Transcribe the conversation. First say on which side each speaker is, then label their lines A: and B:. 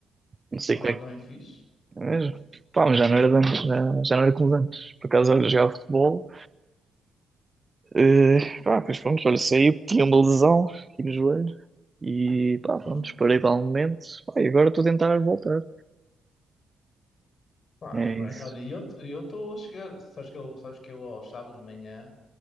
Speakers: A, on the right; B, on the left.
A: Não sei
B: olha,
A: como é que
B: bem fixe.
A: é mesmo. Pá, mas já não era de antes, já, já não era como de antes. Por acaso, olha, jogava futebol, Eh, pá, pois pronto, olha, saí porque tinha uma lesão aqui no joelho e pá, pronto,
B: Uhum.
A: parei para um momento. Pá, e agora estou a tentar voltar.
B: Pá,
A: É
B: é bem,
A: isso.
B: olha, e eu eu estou a chegar, sabes que eu, sabes que eu aos sábados de manhã,